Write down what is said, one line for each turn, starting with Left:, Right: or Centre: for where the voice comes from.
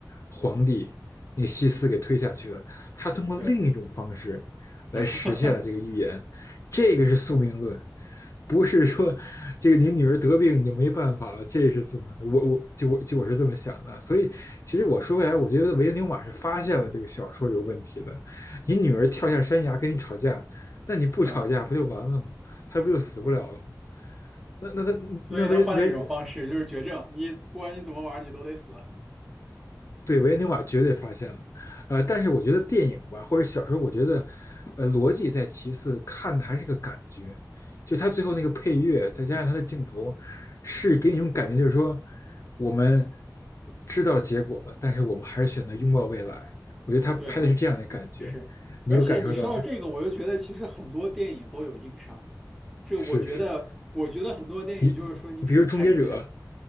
Left: 皇帝那个西斯给推下去了，他通过另一种方式来实现了这个预言。
Centre: 对，<laughs>
Left: 这个是宿命论，不是说这个你女儿得病你就没办法了，这是宿命论。我我就我就我是这么想的，所以其实我说回来，我觉得维恩纽瓦是发现了这个小说有问题的。你女儿跳下山崖跟你吵架，那你不吵架不就完了吗？
Centre: 嗯。
Left: 她不就死不了了吗？那那那那维维
Centre: 所以他换了一种方式，就是绝症，你不管你怎么玩儿，你都得死。
Left: 对，维恩纽瓦绝对发现了，呃，但是我觉得电影吧，或者小说，我觉得，呃，逻辑在其次，看的还是个感觉，就他最后那个配乐，再加上他的镜头，是给你一种感觉，就是说我们知道结果了，但是我们还是选择拥抱未来。我觉得他拍的是这样的感觉，
Centre: 对，我是，
Left: 你有感受到吗？
Centre: 而且你说到这个，我就觉得其实很多电影都有硬伤，这我觉得，
Left: 是是，
Centre: 我觉得很多电影就是说你只能看一遍。
Left: 你你比如《终结者》，